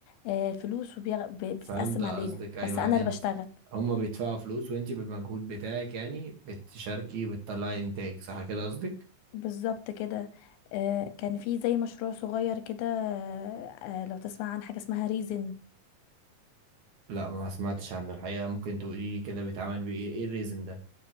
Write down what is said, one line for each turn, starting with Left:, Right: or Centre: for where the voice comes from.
Left: آه، فلوس وبتتقسم
Right: فهمت قصدك
Left: علينا
Right: ايوه
Left: بس انا
Right: يعني
Left: اللي
Right: انت
Left: بشتغل
Right: هما بيدفعوا فلوس وانت بالمجهود بتاعك يعني بتشاركي بتطلعي انتاج صح كده قصدك
Left: بالظبط كده آه، كان في زي مشروع صغير كده آه، آه، لو تسمع عن حاجه اسمها ريزن
Right: لا ما سمعتش عنه الحقيقة ممكن تقولي لي كده بيتعمل بإيه إيه الريزن ده